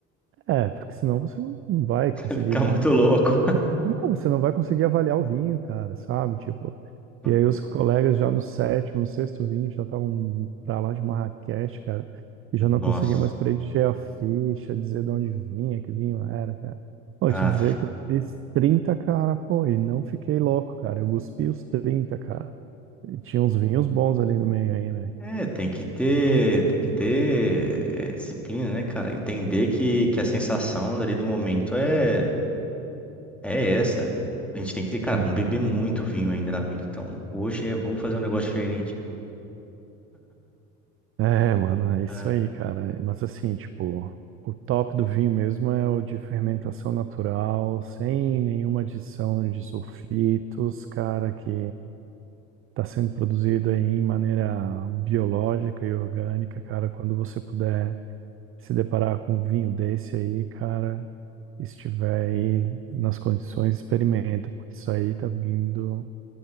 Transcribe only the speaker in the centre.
<laughs> Ficar
muito
louco.
Uhum.
Nossa.
Ah,
é, tem que ter, tem que ter é, disciplina, né, cara? Entender que, que a sensação dali do momento é, é essa. A gente tem que ter, cara,
vamos beber muito vinho ainda na vida. Então, hoje é- vamos fazer um negócio diferente.
É,